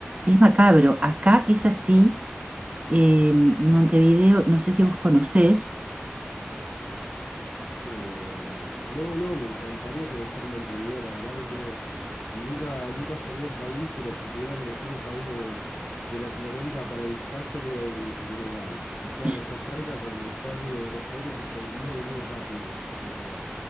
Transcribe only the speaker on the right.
es macabro. Acá es así. eh, Montevideo, no sé si vos conocés.
Yo,